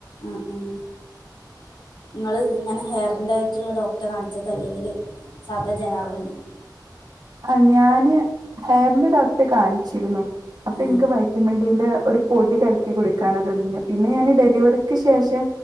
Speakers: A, on the left (about 85°); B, on the right (about 65°).
A: ഉം ഉം. ങ്ങള് ഇങ്ങനെ ഹെയറിൻന്റെ ആയിട്ടുള്ള ഡോക്ടറെ കാണിച്ചത് അല്ലെങ്കില് സാധാ ജനറൽ
B: ആഹ് ഞാന് ഹെയറിന്റെ ഡോക്ടറെ കാണിച്ചിരുന്നു അപ്പൊ
A: ആഹ്
B: എനിക്ക് വൈ വൈറ്റാമിൻ ഡി ന്റെ ഒരു പൊടി കലക്കി കുടിക്കാൻതന്നീന്നെ പിന്നെ ഞാൻ ഡെലിവറിക്ക് ശേഷം